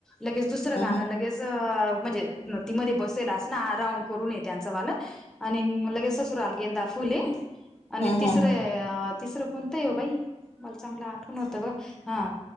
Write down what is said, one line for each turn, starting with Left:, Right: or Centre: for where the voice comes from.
Centre: लगेच दुस दुसरं
Left: हम्म
Centre: गाणं लगेच म्हणजे ती मध्ये बसेल असं ना राऊंड करून ये त्यांचं वालं आणि लगेच ससुराल गेंदा फुले आणि
Left: हम्म
Centre: तिसरं
Left: हम्म
Centre: तिसरं कोणत ये हो बाई मला चांगलं आठवुण होतं बघा हा